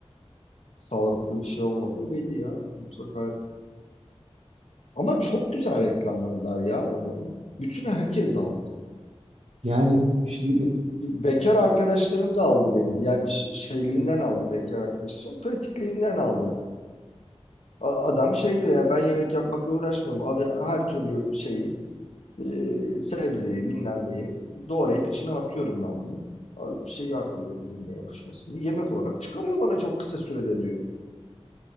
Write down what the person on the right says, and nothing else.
Yani şimdi bir